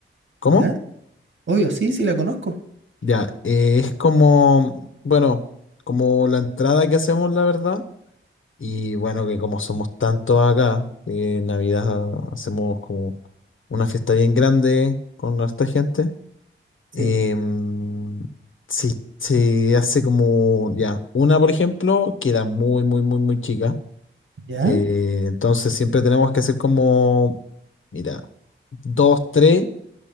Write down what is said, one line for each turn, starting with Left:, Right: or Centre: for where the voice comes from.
Left: ¿Cómo?
Right: ¿Ya? Obvio, sí, sí la conozco.
Left: Ya, eh, es como, bueno, como la entrada que hacemos, la verdad. Y bueno, que como somos tantos acá, eh, en Navidad hacemos como una fiesta bien grande con harta gente.
Right: Sí.
Left: Em, se, se hace como, ya, una, por ejemplo, queda muy, muy, muy, muy chica.
Right: ¿Ya?
Left: Eh, entonces siempre tenemos que hacer como, mira, dos, tres,